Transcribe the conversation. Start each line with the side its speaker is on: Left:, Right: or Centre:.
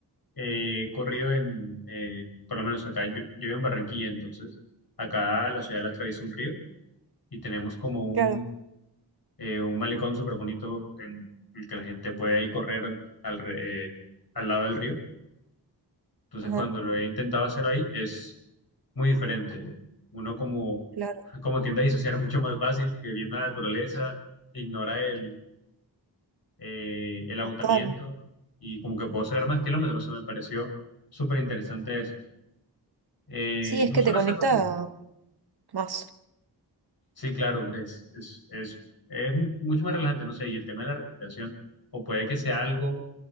Left: eh, corrido en, eh, por lo menos acá, yo, yo vivo en Barranquilla, entonces acá la ciudad la atraviesa un río y tenemos como un,
Right: claro,
Left: eh, un malecón súper bonito en el que la gente puede ir correr al, al re- eh, al lado del río Entonces,
Right: ajá,
Left: cuando lo he intentado hacer ahí, es muy diferente. Uno como,
Right: claro,
Left: como tiende a disociar mucho más fácil, que viendo la naturaleza, ignora el, eh, el agotamiento
Right: total.
Left: y como que puedo sacar más kilómetros. Eso me pareció súper interesante eso. Eh,
Right: Sí, es
Left: no
Right: que
Left: solo
Right: te conecta
Left: hacerlo mucho.
Right: más.
Left: Sí, claro, es, es, es, es mu- mucho más relajante, no sé, y el tema de la respiración, o puede que sea algo